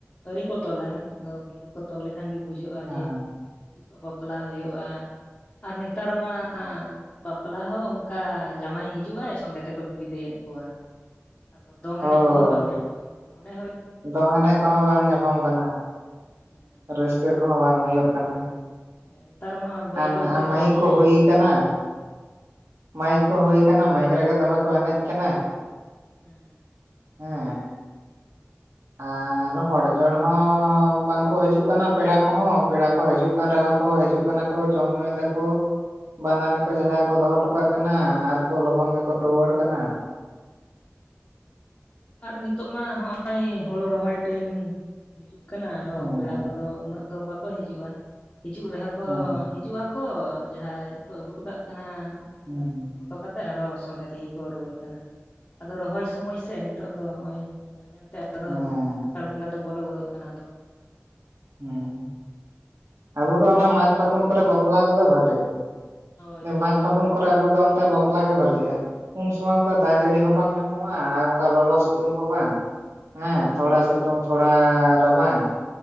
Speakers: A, on the left; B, on the right.
A: ᱟᱹᱣᱨᱤ ᱠᱚ ᱛᱚᱞᱟ ᱾ ᱟᱫᱚ ᱜᱤᱨᱟᱹ ᱠᱚ ᱛᱚᱞ ᱞᱮᱠᱷᱟᱱ ᱜᱮ ᱵᱩᱡᱷ ᱵᱩᱡᱷᱟᱹᱜᱼᱟ
B: ᱦᱮᱸ
A: ᱡᱮ, ᱛᱤᱥ ᱚᱜ ᱵᱟᱯᱞᱟ ᱦᱳᱭᱳᱜᱼᱟ᱾ ᱟᱨ ᱱᱮᱛᱟᱨ ᱢᱟ ᱵᱟᱯᱞᱟ ᱦᱚᱸ ᱚᱱᱠᱟ ᱡᱟᱹᱢᱟᱭ ᱦᱤᱡᱩᱜᱼᱟᱭ ᱥᱚᱸᱜᱮ ᱛᱮᱠᱚ ᱵᱤᱫᱟᱹᱭ ᱮᱫ ᱠᱚᱣᱟ᱾ ᱟᱫᱚ ᱫᱚᱝ
B: ᱦᱳᱭ
A: ᱮᱱᱮᱡᱽ ᱠᱚᱦᱚᱸ ᱵᱟᱝ ᱧᱟᱢᱚᱜᱼᱟ᱾ ᱢᱚᱱᱮ ᱦᱳᱭᱳᱜ
B: ᱫᱚᱝ ᱮᱱᱮᱡ ᱠᱚᱦᱚᱸ ᱵᱟᱝ ᱧᱟᱯᱟᱢ ᱠᱟᱱᱟ᱾
A: ᱦᱮᱸ
B: ᱨᱟᱹᱥᱠᱟᱹ ᱠᱚᱦᱚᱸ ᱵᱟᱝ ᱦᱳᱭᱳᱜ ᱠᱟᱱᱟ᱾
A: ᱱᱮᱛᱟᱨ ᱢᱟ ᱵᱟᱹᱭ
B: ᱟᱨ
A: ᱵᱟᱹᱭᱛᱮ
B: ᱢᱟᱹᱭᱤᱠ
A: ᱫᱚᱝ
B: ᱠᱚ
A: ᱮᱱᱮᱡ
B: ᱦᱩᱭ ᱠᱟᱱᱟ‌‌ ᱾ ᱢᱟᱭᱤᱠ
A: ᱦᱳᱭ
B: ᱠᱚ ᱦᱩᱭ ᱠᱟᱱᱟ ᱢᱟᱭᱤᱠ ᱨᱮᱜᱮ ᱫᱚᱢᱮ ᱠᱚ ᱮᱱᱮᱡ ᱠᱟᱱᱟ ᱾
A: ᱦᱮᱸ
B: ᱦᱮᱸ
A: <unintelligible>
B: ᱟᱨ ᱦᱚᱲ ᱡᱚᱲ ᱦᱚᱸ ᱵᱟᱝᱠᱚ ᱦᱤᱡᱩᱜ ᱠᱟᱱᱟ ᱯᱮᱲᱟ ᱠᱚᱦᱚᱸ ᱯᱮᱲᱟ ᱠᱚ ᱦᱤᱡᱩᱜ ᱠᱟᱱᱟ, ᱨᱮᱦᱚᱸ ᱠᱚ ᱦᱤᱡᱩᱜ ᱠᱟᱱᱟ ᱠᱚ ᱡᱚᱢ ᱧᱩᱭ ᱫᱟᱠᱚ ᱵᱟᱸᱫᱟᱱᱤ ᱠᱚ ᱡᱟᱦᱟᱸᱭ ᱠᱚ ᱫᱚᱦᱚ, ᱦᱚᱴᱚ ᱠᱟᱜ ᱠᱟᱱᱟ ᱟᱨ ᱠᱚ ᱞᱚᱜᱚᱱ ᱜᱮᱠᱚ ᱨᱩᱣᱟᱹᱲ ᱠᱟᱱᱟ ᱾
A: ᱟᱨ ᱱᱤᱛᱚᱜ ᱢᱟ ᱦᱚᱸᱜᱼᱚᱭ ᱦᱳᱲᱩ ᱨᱚᱦᱚᱭ ᱴᱟᱭᱤᱢ ᱾ ᱦᱤᱡᱩᱜ ᱠᱟᱱᱟ ᱟᱨᱦᱚᱸ
B: ᱦᱩᱸ
A: ᱯᱮᱲᱟ ᱠᱚᱫᱚ ᱩᱱᱟᱹᱜ ᱫᱚ ᱵᱟᱠᱚ ᱦᱤᱡᱩᱜᱼᱟ ᱾ ᱦᱤᱡᱩᱜ ᱨᱮᱦᱚᱸ ᱠᱚ
B: ᱦᱩᱸ
A: ᱦᱤᱡᱩᱜᱼᱟ, ᱠᱚ ᱡᱟᱦᱟᱸᱭ ᱠᱚ ᱟᱹᱜᱩ ᱦᱚᱴᱚ ᱠᱟᱜ ᱠᱟᱱᱟ
B: ᱦᱩᱸ
A: ᱚᱱᱟ ᱠᱚ ᱫᱚᱦᱚ ᱦᱚᱴᱚ ᱠᱟ ᱠᱟᱛᱮ ᱟᱨᱚ ᱥᱚᱸᱜᱮ ᱛᱮᱜᱮ ᱠᱚ ᱨᱩᱣᱟᱹᱲ ᱠᱟᱱᱟ ᱟᱫᱚ ᱨᱚᱦᱚᱭ ᱥᱚᱢᱚᱭ ᱥᱮ ᱱᱤᱛᱚᱜ ᱫᱚ ᱱᱚᱜ ᱚᱭ ᱧᱮᱞ ᱧᱮᱞᱛᱮ, ᱟᱫᱚ
B: ᱦᱩᱸ
A: ᱟᱥᱟᱲ ᱵᱚᱸᱜᱟ ᱫᱚ ᱵᱚᱞᱚ ᱜᱚᱫᱚᱜ ᱠᱟᱱᱟ ᱛᱚ ᱾
B: ᱦᱮᱸ ᱟᱵᱚ ᱫᱚ ᱚᱱᱟ ᱢᱟᱜᱽ ᱯᱷᱟᱹᱜᱩᱱ ᱠᱚᱨᱮ ᱵᱟᱯᱞᱟ ᱜᱮᱚ ᱵᱷᱟᱹᱞᱮᱭᱟ ᱾
A: ᱦᱳᱭ
B: ᱡᱮ
A: ᱦᱳᱭ
B: ᱢᱟᱜᱽ ᱯᱷᱟᱹᱜᱩᱱ
A: ᱢᱟ
B: ᱠᱚᱨᱮ ᱟᱵᱚ ᱫᱚ ᱚᱱᱛᱮ ᱵᱟᱯᱞᱟ, ᱵᱟᱯᱞᱟᱜ ᱜᱮ ᱵᱷᱟᱞᱤᱜᱼᱟ ᱩᱱ ᱥᱚᱢᱟᱝ ᱫᱚ
A: ᱦᱩᱸ
B: ᱫᱟᱜ ᱡᱟᱹᱲᱤ ᱦᱚᱸ ᱵᱟᱝ ᱧᱟᱢᱚᱜᱼᱟ ᱟᱨ ᱚᱱᱠᱟ ᱞᱚᱞᱚ ᱥᱤᱛᱩᱝ ᱦᱚᱸ ᱵᱟᱝ ᱦᱮ
A: ᱦᱩᱸ
B: ᱛᱷᱚᱲᱟ ᱥᱤᱛᱩᱝ ᱾ ᱥᱤᱛᱚᱝ ᱛᱷᱚᱲᱟ ᱨᱟᱵᱟᱝ